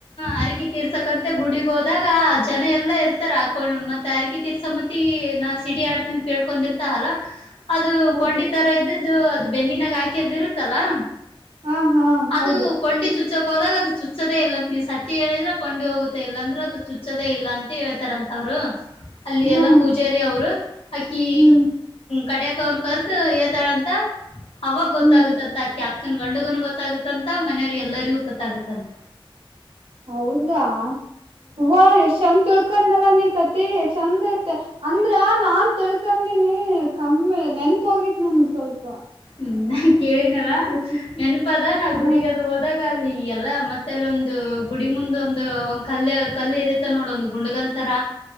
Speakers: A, on the left; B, on the right.
A: ಹರಕಿ ತೀರ್ಸಕಂತೆ ಗುಡಿಗ್ ಹೋದಾಗ ಜನ ಎಲ್ಲಾ ಇರ್ತಾರ ಹಾಕೊಂಡ ಮತ್ತತ್ ಅರಿಕಿ ತೀರ್ಸ ಮತ್ತ ಈ ನಾ ಸಿಡಿ ಆಡ್ತಂತ ಕೇಳ್ಕೊಂಡಿರ್ತ ಅಲ್ಲ ಅದು
B: ಹೌದು
A: ಕೊಂಡಿತರ ಇದ್ದದ್ದು ಅದು ಬೆನ್ನಿನಾಗ ಹಾಕಿರ್ದು ಇರುತ್ತಲ್ಲಾ
B: ಹಾ ಹಾ ಹೌದು
A: ಅದು ಕೊಂಡಿ ಚುಚ್ಚಕ್ ಹೋದಾಗ ಅದು ಚುಚ್ಚದೇ ಇಲ್ಲ ನೀವು ಸತ್ಯ ಹೇಳಿದ್ರೆ ಕೊಂಡಿ ಹೋಗುತ್ತಾ ಇಲ್ಲ ಅಂದ್ರರು ಅದು ಚುಚ್ಚೋದೇ ಇಲ್ಲ ಅಂತ ಹೇಳ್ತಾರಂತವ್ರು ಅಲ್ಲಿ
B: ಹ್ಮ್
A: ಎಲ್ಲಾ ಪೂಜಾರಿ ಅವರು ಅಕ್ಕಿ
B: ಹ್ಮ್
A: ಕಡ ಅವನ್ ಕರ್ದು ಏತಾಳಂತ ಅವಾಗ
B: ಹ್ಮ್
A: ಗೊತ್ತಾಗುತ್ತಂತಕ್ಯಾಕ್ ಅಕ್ಕನ್ ಗಂಡಗನ ಗೊತ್ತಾಗತ್ತಂತ ಮನೆಯವ್ರಿಗೆ ಎಲ್ಲರಿಗೂ ಗೊತ್ತಾಗತ್ತಂತ
B: ಹೌದಾ ಹೂವ ಎಷ್ಟ ಚಂದ ತಿಳ್ಕೊಂಡನೆೆಲ್ಲ ಕತಿ ಚಂದ ಐತೆ ಅಂದ್ರ ನಾನ್ ತಿಳ್ಕಂದಿನಿ ಕಮ್ಮಿ ನೆನ್ಪ ಹೋಗತ್ ನ ಹ ಸ್ವಲ್ಪ
A: ಹ್ಮ ನಾ ಕೇಳಿನಲ್ಲಾ
B: ಯೋಚ
A: ನೆನಪ ಅದ ನಾ
B: ಹ
A: ಗುಡಿಗ ಅದು ಹೋದಾಗ ಅಲ್ಲಿ ಎಲ್ಲ ಮತ್ತೆ ಅಲ್ಲಿ ಒಂದು ಗುಡಿ ಮುಂದ ಒಂದು ಒ ಕಲ್ಲ ಕಲ್ಲು ಇರುತ್ತೆ ನೋಡ ಒಂದು ಗುಂಡಗಲ್ ತರ